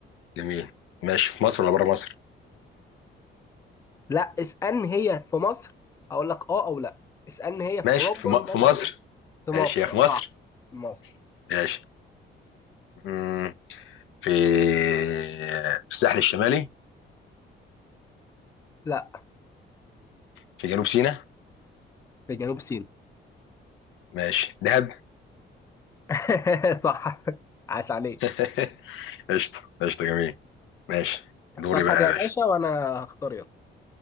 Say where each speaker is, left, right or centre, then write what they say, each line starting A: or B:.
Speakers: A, on the left (about 80°); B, on the left (about 15°).
A: جميل ماشي في مصر ولا بره مصر
B: لا اسالني هي في مصر اقول لك اه او لا اسالني هي في
A: ماشي
B: اوروبا
A: في م...
B: مثلا
A: في مصر
B: في مصر
A: ماشي يا في مصر
B: صح في مصر
A: ماشي مم، في في الساحل الشمالي
B: لا
A: في جنوب سيناء
B: في جنوب سيناء
A: ماشي دهب
B: <laughs> صح عاش عليك
A: <laughs> قشطة قشطة جميل ماشي
B: اختار
A: دوري بقى
B: حاجه
A: يا
B: يا
A: باشا
B: باشا وانا هختار يلا